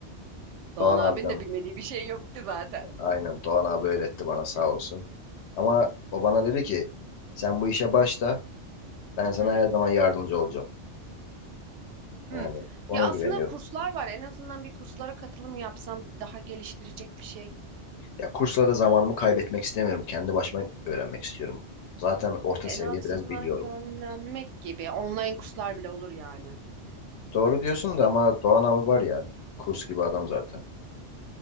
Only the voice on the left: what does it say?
Doğan
abiden
aynen Doğan abi öğretti bana sağ olsun. Ama o bana dedi ki sen bu işe başla ben sana
her zaman yardımcı olacağım. Yani
ona
güveniyorum.
Ya kurslara zamanımı kaybetmek istemiyorum. Kendi başıma öğrenmek istiyorum. Zaten orta
seviye
biraz biliyorum.
Doğru diyorsun da ama Doğan abi var ya kurs gibi adam
zaten.